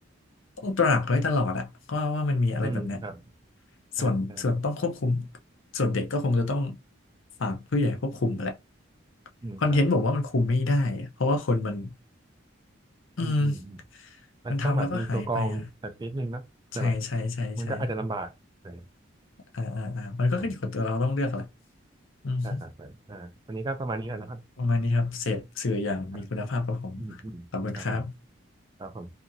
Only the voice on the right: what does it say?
อืมครับใช่ใช่
อืมครับ
อืมอืมอืมอาจจะต้องแบบมีตัวกรองสักนิดนึงเนอะแต่แบบ
มันก็อาจจะลำบากเออ
อ่า
ได้ครับเอออ่าวันนี้ก็ประมาณนี้แหละนะครับ
ครับอืมอืมครับผม
ครับผม